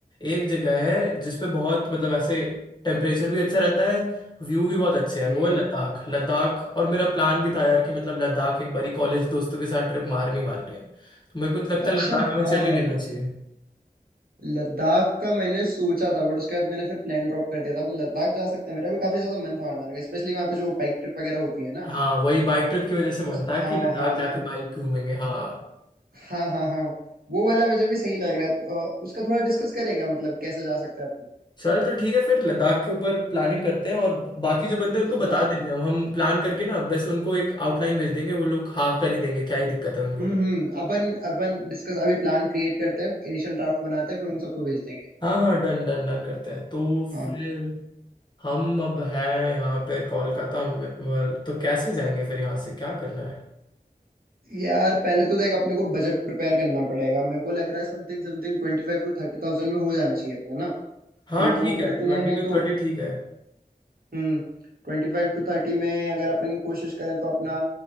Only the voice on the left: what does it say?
एक जगह है जिसपे बहुत मतलब ऐसे टेम्परेचर भी अच्छा रहता है व्यू भी बहुत अच्छे हैं
वो है लद्दाख लद्दाख और मेरा प्लान भी था यार कि मतलब लद्दाख एक बारी कॉलेज दोस्तों के साथ ट्रिप मारनी मारनी है तो मेरे को तो लगता
है लद्दाख हमें
चल ही लेना चाहिए
हाँ
वही बाइक ट्रिप की वजह से मन
था
कि लद्दाख
जाके
बाइक घूमेंगे हाँ
चल तो ठीक है फिर लद्दाख के ऊपर प्लानिंग करते हैं और बाकी जो बंदे हैं, उनको
बता देंगे हम हम प्लान करके ना बस उनको एक आउटलाइन भेज देंगे वो लोग हाँ कर ही देंगे क्या ही दिक्कत है उनको
हाँ हाँ डन डन डन करते हैं तो
फिर हम अब हैं यहाँ पे कोलकाता में well, तो कैसे जाएंगे फिर यहाँ से क्या करना है
हाँ
ठीक है
ट्वेंटी
टू
थर्टी ठीक है